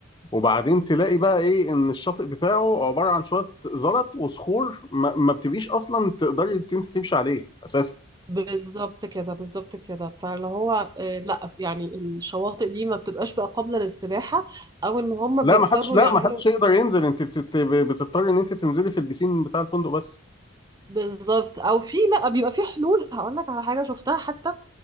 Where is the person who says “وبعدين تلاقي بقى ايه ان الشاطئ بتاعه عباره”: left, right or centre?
Left